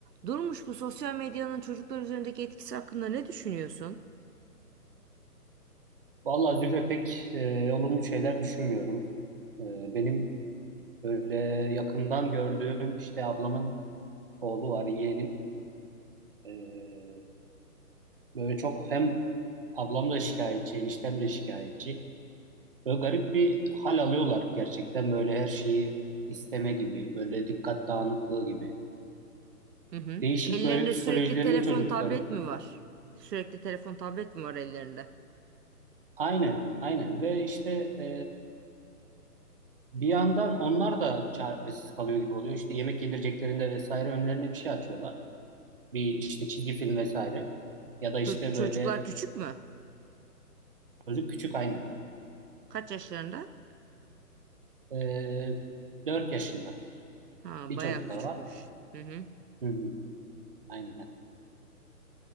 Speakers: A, on the right; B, on the right.
A: Durmuş bu sosyal medyanın çocuklar üzerindeki etkisi hakkında ne düşünüyorsun?
B: Vallahi Zühre pek e, olumlu şeyler düşünmüyorum. E, benim böyle yakından gördüğüm işte ablamın oğlu var, yeğenim. E, böyle çok hem ablam da şikayetçi, eniştem de şikayetçi. Böyle garip bir hal alıyorlar gerçekten böyle her şeyi isteme gibi, böyle dikkat dağınıklığı gibi.
A: Hı hı.
B: Değişik
A: Ellerinde
B: böyle psikolojilerini
A: sürekli telefon,
B: çocukların.
A: tablet mi var? Sürekli telefon, tablet mi var ellerinde?
B: Aynen, aynen ve işte e, bir yandan onlar da çaresiz kalıyor gibi oluyor. İşte yemek yedireceklerinde vesaire önlerine bir şey açıyorlar. bir işte çizgi film vesaire ya da işte
A: Ço- çocuklar
B: böyle
A: küçük mü?
B: çocuk küçük aynen.
A: Kaç yaşlarında?
B: Ee, 4 yaşında
A: Ha,
B: bir
A: bayağı
B: çocuklar
A: küçükmüş.
B: var.
A: Hı hı.
B: Hı hı, aynen.